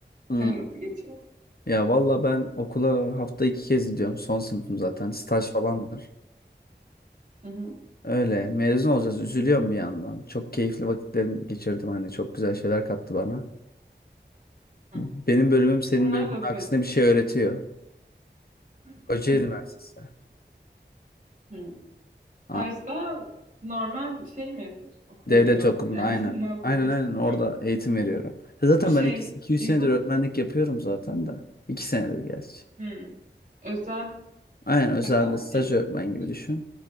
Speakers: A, on the left (about 55°); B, on the right (about 45°).
A: Hmm.
B: Senin nasıl geçiyor?
A: Ya valla ben okula hafta iki kez gidiyorum. Son sınıfım zaten. Staj falan var.
B: Hı hı.
A: Öyle. Mezun olacağız. Üzülüyorum bir yandan. Çok keyifli vakitlerim geçirdim. Hani çok güzel şeyler kattı bana.
B: Hı.
A: Benim bölümüm senin
B: Onlar
A: bölümün
B: da okuyordum.
A: aksine bir şey öğretiyor. Kocaeli
B: <laughs>
A: Üniversitesi.
B: Hı. Stajda
A: Ha,
B: normal şey mi yapıyorsun? Okula
A: devlet
B: gidiyorsun
A: okulunda
B: <laughs> yani
A: aynen.
B: ne yapabilirsin?
A: Aynen aynen orada eğitim veriyorum. E Zaten
B: Bu şey
A: ben 200
B: ilkokul
A: senedir öğretmenlik yapıyorum zaten de. 2 senedir gerçi.
B: hmm. özel
A: Aynen özelde
B: özel
A: staj
B: eğitim
A: öğretmen
B: olabilir.
A: gibi düşün.